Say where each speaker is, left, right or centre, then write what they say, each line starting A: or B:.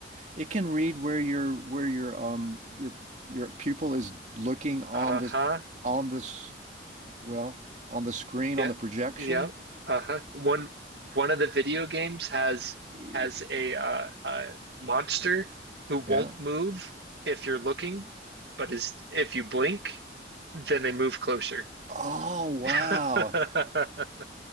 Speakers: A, on the right (about 40°); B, on the right (about 65°).
A: It can read where your where your um your your pupil is looking on
B: uh-huh.
A: this on this well on the screen
B: Yeah,
A: on the projection.
B: yeah, uh-huh. One one of the video games has
A: Jeez.
B: has a uh, uh monster who won't
A: Yeah.
B: move if you're looking, but is if you blink, then they move closer.
A: Oh wow.
B: <laughs>